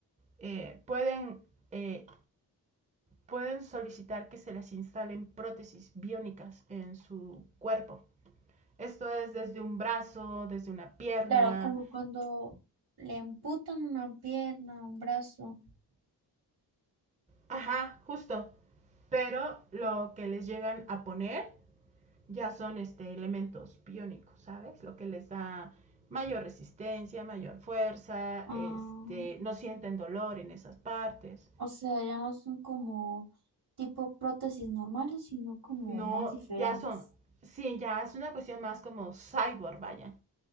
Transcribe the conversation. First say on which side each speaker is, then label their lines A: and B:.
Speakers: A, on the right (about 20°); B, on the right (about 65°).
A: eh, pueden eh, pueden solicitar que se les instalen prótesis biónicas en su cuerpo. Esto es desde un brazo, desde una pierna,
B: Claro, como cuando le amputan una pierna, un brazo.
A: ajá, justo. Pero lo que les llegan a poner ya son este, elementos biónicos, ¿sabes? Lo que les da mayor resistencia, mayor fuerza,
B: Ah.
A: este, no sienten dolor en esas partes.
B: O sea, ya no son como tipo prótesis normales, sino como
A: No,
B: más diferentes.
A: ya son, sí, ya es una cuestión más como cyborg, vaya.